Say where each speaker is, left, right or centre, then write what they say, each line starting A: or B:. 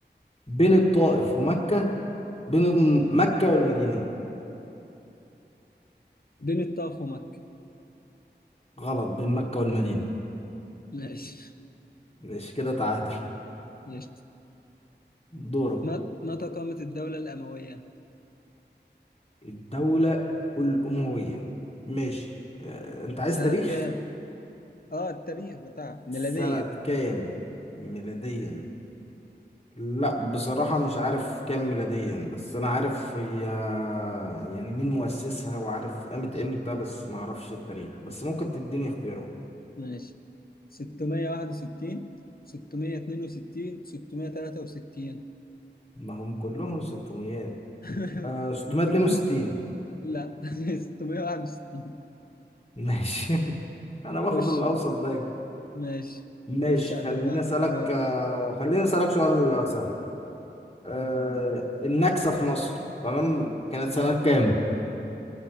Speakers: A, on the left; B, on the left.
A: بين الطائف ومكة بين مكة والمدينة
B: بين الطائف ومكة
A: غلط بين مكة والمدينة
B: ماشي
A: ماشي كده تعادل
B: ماشي
A: دورك
B: مت- متى قامت الدولة الأموية؟
A: الدولة الأموية ماشي آه، أنت عايز
B: سنة
A: تاريخ
B: كام؟ اه التاريخ بتاعها ميلاديا
A: سنة كام ميلاديا لا بصراحة مش عارف كام ميلاديا بس أنا عارف هي يعني مين مؤسسها وعارف قامت إمتى بس ما أعرفش التاريخ بس ممكن تديني اختيارات
B: ماشي 661 662 663
A: ما هم كلهم 600
B: <laughs>
A: آه 662
B: وكلهم لا <laughs> 661
A: ماشي <laughs> أنا باخد
B: خش
A: الأوسط دايما
B: ماشي
A: ماشي
B: خش على
A: خليني
B: اللي بعده
A: أسألك
B: دور
A: آه خليني أسألك سؤال سهل آه النكسة في مصر تمام كانت سنة كام؟